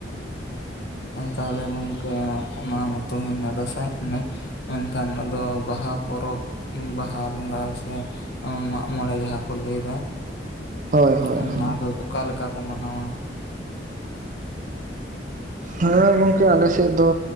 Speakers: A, on the left; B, on the right.
A: ᱛᱟᱦᱟᱞᱮ ᱜᱚᱝᱠᱮ ᱚᱱᱟ ᱢᱟᱛᱚ ᱦᱩᱭᱱᱟ ᱫᱟᱸᱥᱟᱭ ᱮᱱᱮᱡ᱾ ᱢᱮᱱᱠᱷᱟᱱ ᱟᱫᱚ ᱵᱟᱦᱟ ᱯᱚᱨᱚᱵᱽ ᱩᱸ ᱵᱟᱦᱟ ᱵᱚᱸᱜᱟ ᱥᱮ ᱚ ᱢᱟᱜ ᱢᱚᱬᱮ ᱡᱟᱦᱟᱸ ᱠᱚ ᱞᱟᱹᱭᱫᱟ,
B: ᱦᱳᱭ ᱦᱳᱭ
A: ᱚᱱᱟ
B: ᱦᱳᱭ
A: ᱫᱚ ᱚᱠᱟᱞᱮᱠᱟ ᱠᱚ ᱢᱟᱱᱟᱣᱟ?
B: ᱦᱮᱸ ᱜᱚᱝᱠᱮ ᱟᱞᱮ ᱥᱮᱫ ᱫᱚ